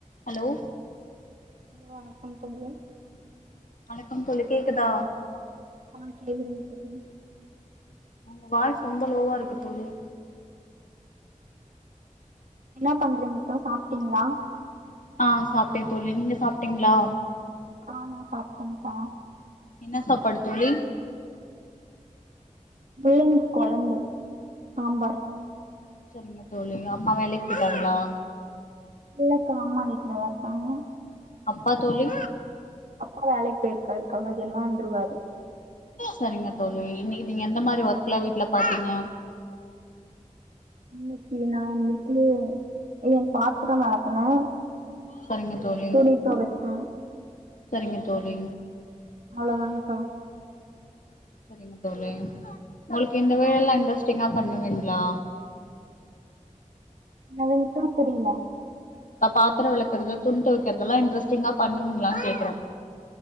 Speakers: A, on the left; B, on the right.
A: hello
B: hello வணக்கம் தோழி
A: வணக்கம் தோழி கேக்குதா
B: அஹ் கேக்துங்க தோழி
A: உங்க வாய்ஸ் ரொம்ப லோவா இருக்கு தோழி
B: என்ன பண்றீங்கக்கா சாப்டீங்களா
A: ஆஹ் சாப்டே தோழி நீங்க சாப்டீங்களா
B: ஆஹ் நான் சாப்டேன்கா
A: என்ன சாப்பாடு தோழி
B: முள்ளங்கி கொழம்பு சாம்பார்
A: சரிங்க தோழி அம்மா வேலைக்கு போயிட்டாங்களா
B: இல்லக்கா அம்மா வீட்டுலதா இருக்காங்க
A: அப்பா தோழி
B: அப்பா வேலைக்கு போயிருக்காருக்கா வ ன்னாந்துருவாரு
A: சரிங்க தோழி இன்னைக்கு நீங்க எந்த மாரி ஒர்கல வீட்டுல பாத்தீங்க
B: இன்னைக்கு நா வந்துட்டு என் பாத்திரம் விளக்கனே
A: சரிங்க தோழி
B: துணி தொவச்சே
A: சரிங்க தோழி
B: அவ்ளோதாானக்கா
A: சரிங்க தோழி உங்களுக்கு இந்த வேலைல்லாம் இன்ட்ரஸ்ட்டிங்கா பண்ணுவீங்களா
B: என்னங்கா புரியல
A: இப்ப பாத்திரம் வெளக்கிறது துணி துவைக்கிறதுெல்லாம் இன்ட்ரெஸ்ட்டிங்கா பண்ணுவிங்களான்னு கேக்குறேன்